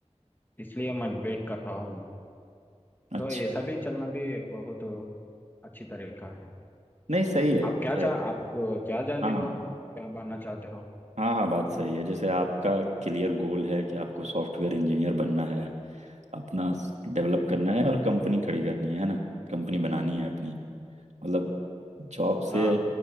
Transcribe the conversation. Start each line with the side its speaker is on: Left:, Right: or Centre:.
Left: इसलिए मैं वेट कर रहा हूँ
Right: अच्छा
Left: तो ऐसा भी चलना भी एक बहुत अच्छी तरीका है
Right: नहीं सही है
Left: आप
Right: कि-
Left: क्या चाह आप अ, क्या जानते
Right: हाँ
Left: हो आप क्या बनना चाहते हो
Right: हाँ हाँ बात सही है जैसे आपका क्लियर गोल है कि आपको सॉफ्टवेयर इंजीनियर बनना है अपना डेवलप करना है और कंपनी खड़ी करनी है है ना कंपनी बनानी है अपनी मतलब जॉब से
Left: हाँ